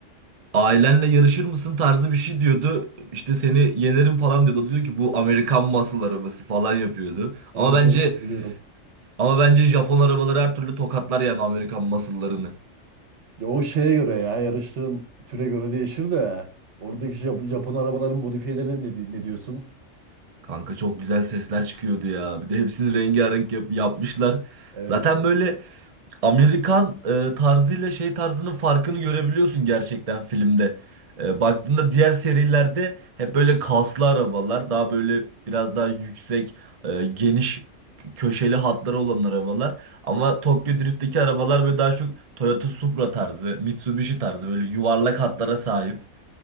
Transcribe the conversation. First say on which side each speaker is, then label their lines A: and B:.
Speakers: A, on the right; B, on the right.
A: ailenle yarışır mısın tarzı bir şey diyordu. İşte seni yenerim falan diyordu. O da Diyor ki bu Amerikan muscle arabası falan yapıyordu.
B: Evet
A: Ama bence
B: evet hatırlıyorum.
A: ama bence Japon arabaları her türlü tokatlar yani Amerikan muscle'larını.
B: Ya o şeye göre ya yarıştığın türe göre değişir de oradaki Jap- Japon arabaların modifiyelerine ne, di- ne diyorsun?
A: Kanka çok güzel sesler çıkıyordu ya. Bir de hepsini rengarenk yap- yapmışlar.
B: Evet.
A: Zaten
B: evet.
A: böyle Amerikan e, tarzıyla şey tarzının farkını görebiliyorsun gerçekten filmde. E, baktığında diğer serilerde hep böyle kaslı arabalar, daha böyle biraz daha yüksek, e, geniş köşeli hatları olan arabalar. Ama Tokyo Drift'teki arabalar böyle daha çok Toyota Supra tarzı, Mitsubishi tarzı böyle yuvarlak hatlara sahip.